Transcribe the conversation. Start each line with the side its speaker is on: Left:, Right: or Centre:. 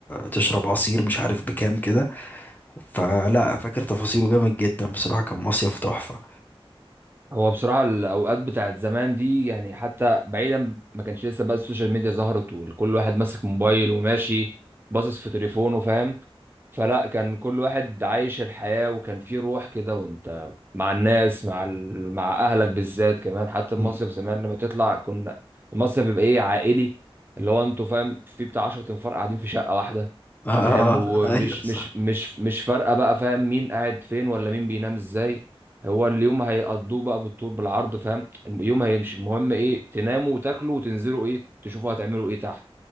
Left: تشرب عصير مش عارف بكام كده فلا فاكر تفاصيله جامد جدا بصراحة كان مصيف تحفة
Right: هو بصراحه الاوقات بتاعت زمان دي يعني حتى بعيدا ما كانش لسه بقى السوشيال ميديا ظهرت وكل واحد ماسك موبايل وماشي باصص في تليفونه فاهم فلا كان كل واحد عايش الحياة وكان في روح كده وانت مع الناس مع ال... مع اهلك بالذات كمان حتى
Left: مم.
Right: المصيف زمان لما تطلع كنا المصيف بيبقى ايه عائلي اللي هو انتوا فاهم في بتاع 10 انفار قاعدين في شقة واحدة
Left: آه <laughs>
Right: فاهم ومش
Left: أيوه صح
Right: مش مش مش فارقة بقى فاهم مين قاعد فين ولا مين بينام ازاي هو اليوم هيقضوه بقى بالطول بالعرض فاهم اليوم هيمشي المهم ايه تناموا وتاكلوا وتنزلوا ايه تشوفوا هتعملوا ايه تحت